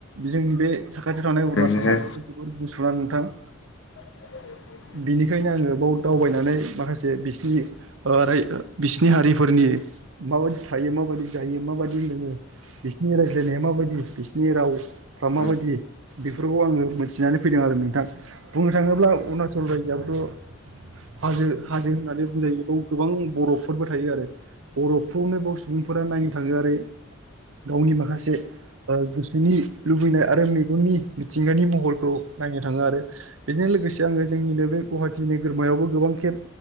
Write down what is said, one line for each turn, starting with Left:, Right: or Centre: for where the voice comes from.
Right: जोंनि बे साखाथियाव थानाय अरुणाचल
Left: ए
Right: हादरावथ' जोबोद गुसुना नोंथां
Left: औ
Right: बिनिखायनो आङो बाव दावबायनानै माखासे बिसिनि र बिसिनि हारिफोरनि माबायदि थायो माबायदि जायो माबायदि नोङो बिसिोरनि रायज्लायनाया माबायदि बिसिनि राव फ्रा माबायदि
Left: औ
Right: बेफोरखौ आङो मिथिनानै फैदों आरो नोंथां बुंनो थाङोब्ला अरुणाचल रायजोआोथ' हाजो हाजो होननानै बुजायोयाव गोबां बरफफोरबो थायो आरो बरफखौनो बे सुबुंफोरा नायनो थाङो आरो गावनि माखासे गोसोनि लुबैनाय आरो मेगननि मिथिंगानि महरखौ नाय नो थाङो आरो बेजों लोगोसे आङो जोंनिनो बे गुवाहाटि नोगोरमायावबो गोबां खेब